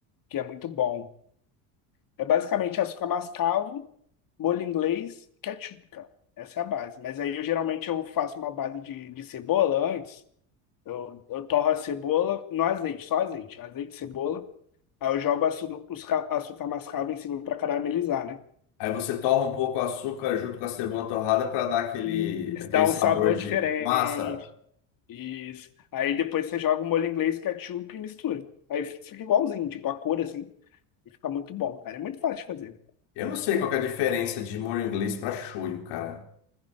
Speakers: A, on the left; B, on the left.
A: Que é muito bom. É basicamente açúcar mascavo, molho inglês e ketchup, cara. Essa é a base. Mas aí, eu geralmente, eu faço uma base de, de cebola antes. Eu, eu torro a cebola no azeite, só azeite. Azeite, cebola. Aí eu jogo açúcar, açúcar mascavo em cima pra caramelizar, né?
B: Aí você torra um pouco o açúcar junto com a cebola torrada para dar aquele,
A: Isso,
B: aquele
A: dá
B: sabor
A: um sabor
B: de
A: diferente.
B: massa.
A: Isso. Aí depois você joga o molho inglês, ketchup e mistura. Aí fica igualzinho, tipo, a cor assim. E fica muito bom, cara. É muito fácil de fazer.
B: Eu não sei qual que é a diferença de molho inglês para shoyu, cara.